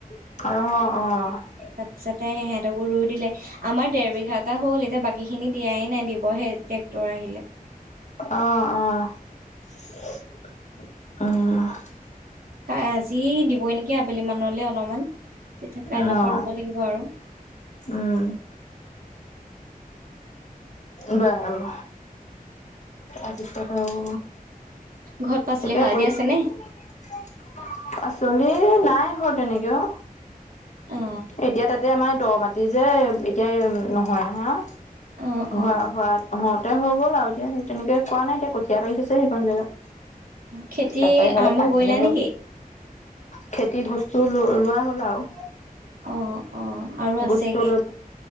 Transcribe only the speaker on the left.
অ'
অ', অ', অ'
অ',
উম বা আৰু তাৰপিছত আৰু
এতিয়া
পৰি
পাচলি নাই ঘৰত তেনেকে অ',
এতিয়া তাতে আমাৰ দহ মাটি যে এতিয়া নহয় নহয়
হোৱা হোৱা, হওঁতে হৈ গ'ল আৰু এতিয়া, সেই তেনেকে কোৱা নাই এতিয়া কঠীয়া পাৰি থৈছে সেইখন জেগাত
তাৰপা ইফালে
পানীয়ে
হল
খেতি বস্তু লো লোৱা হ'ল আৰু
বসস্তু ল'